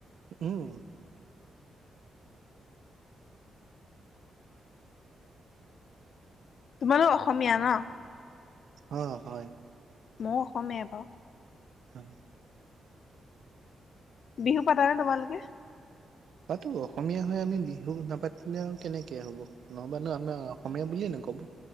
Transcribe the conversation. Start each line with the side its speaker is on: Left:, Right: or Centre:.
Right: উম
Left: তোমালোক অসমীয়া ন?
Right: অ হয়
Left: মও অসমীয়া বাও
Right: হয়
Left: বিহু পাতা নে তোমালোকে
Right: পাতো অসমীয়া হৈ আমি বিহু নাপাতিলে আও কেনেকে হ'ব নহবানো আমাৰ অসমীয়া বুলিয়ে নক'ব